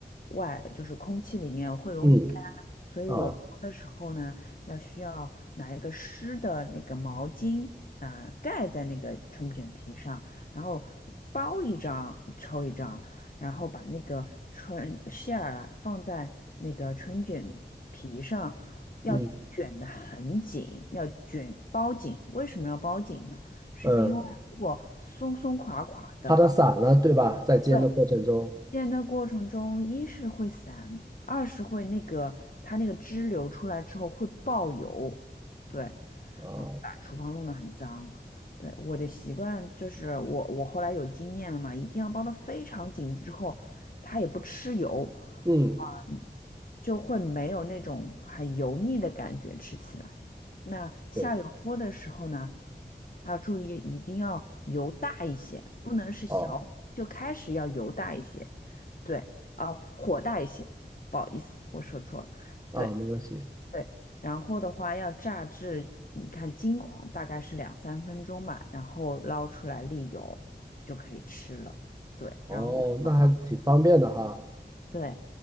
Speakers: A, on the left (about 50°); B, on the right (about 20°).
A: 外，就是空气里面会容易干，
B: 嗯，
A: 所以我包的时候呢，
B: 哦，
A: 要需要拿一个湿的那个毛巾啊，盖在那个春卷皮上，然后包一张抽一张，然后把那个春馅儿啊放在那个春卷。皮上要卷得很紧，
B: 嗯
A: 要卷包紧。为什么要包紧呢？是因为如果松松垮垮的，
B: 嗯，怕它散了对吧？在煎的过程中，
A: 对，煎的过程中，一是会散，二是会那个它那个汁流出来之后会爆油，对，
B: 哦，
A: 啊，把厨房弄得很脏。对，我的习惯就是我我后来有经验了嘛，一定要包得非常紧之后，它也不吃油，
B: 嗯，
A: 嗯就会没有那种很油腻的感觉吃起来。那下油锅的时候呢，
B: 对，
A: 要注意一定要油大一些，不能是小，
B: 哦，
A: 就开始要油大一些。对，啊，火大一些，不好意思，我说错了。
B: 啊，
A: 对
B: 没关系。
A: 对，然后的话要炸至，你看金黄，大概是两三分钟吧，然后捞出来沥油就可以吃了。对，
B: 哦，
A: 然后味道，
B: 那还挺方便的哈。
A: 对